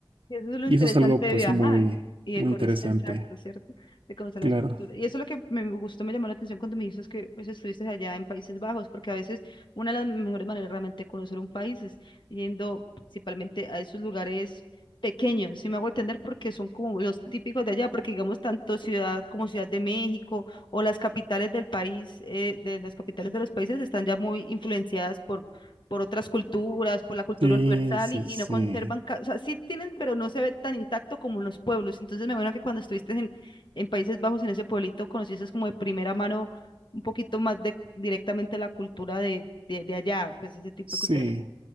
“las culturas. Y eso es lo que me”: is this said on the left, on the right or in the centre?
Left